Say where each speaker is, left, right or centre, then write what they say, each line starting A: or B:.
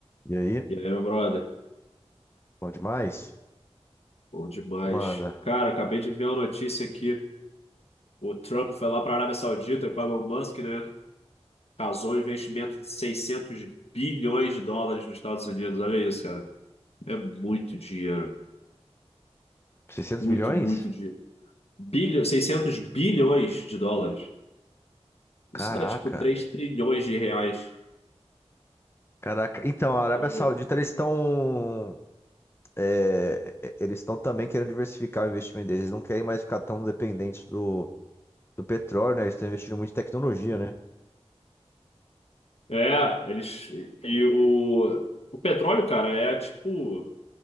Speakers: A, on the left; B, on the left.
A: E aí?
B: E aí, meu brother?
A: Bom demais?
B: Bom demais.
A: Manda.
B: Cara, acabei de ver uma notícia aqui. O Trump foi lá para a Arábia Saudita com o Elon Musk, né? Casou um investimento de 600 bilhões de dólares nos Estados Unidos. Olha isso, cara. É muito dinheiro.
A: seiscentos
B: Muito,
A: bilhões?
B: muito dinheiro. Bilho... seiscentos bilhões de dólares. Isso
A: Caraca.
B: dá tipo 3 trilhões de reais.
A: Caraca. Então, a Arábia
B: Imagina.
A: Saudita, eles estão. é, eles estão também querendo diversificar o investimento deles. Eles não querem mais ficar tão dependentes do, do petróleo, né? Eles estão investindo muito em tecnologia, né?
B: É, eles. E o, o petróleo, cara, é tipo.